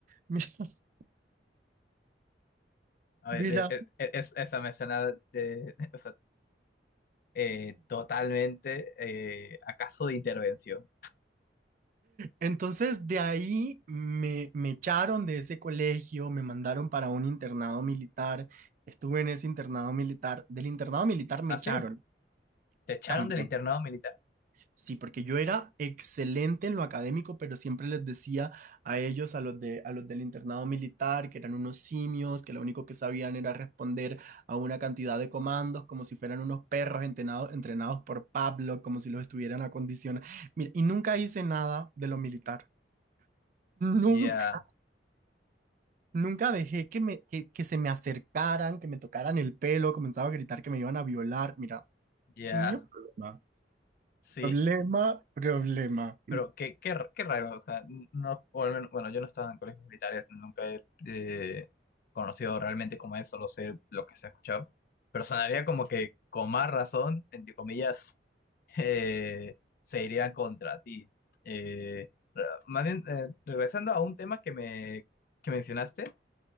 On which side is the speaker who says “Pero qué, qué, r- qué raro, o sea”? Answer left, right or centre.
Left